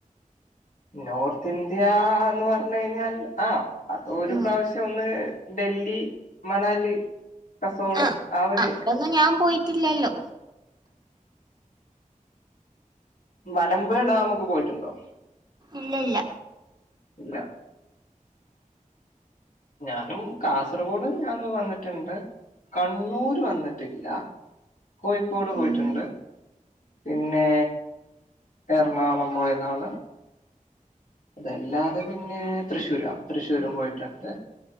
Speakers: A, on the left (about 70°); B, on the right (about 30°).
A: നോർത്ത് ഇന്ത്യ എന്ന് പറഞ്ഞ കഴിഞ്ഞാൽ ആ അത ഒരു
B: ഉം
A: പ്രാവശ്യം ഒന്ന് ഡൽഹി മണാലി കസോള്
B: ആ
A: ഒരു
B: ആ അവിടൊന്നും ഞാൻ പോയിട്ടില്ലല്ലോ
A: മലമ്പുഴ ഡാം ഒക്കെ പോയിട്ടുണ്ടോ
B: ഇല്ല ഇല്ല
A: ഇല്ല ഞാനും കാസർഗോഡ് ഞാന് വന്നിട്ടുണ്ട് കണ്ണൂര് വന്നിട്ടില്ല കോഴിക്കോട്
B: ഉം
A: പോയിട്ടുണ്ട് പിന്നെ എറണാകുളം പോയതാണ് അതല്ലാതെ പിന്നെ തൃശ്ശൂരാ തൃശ്ശൂരും പോയിട്ടുണ്ട്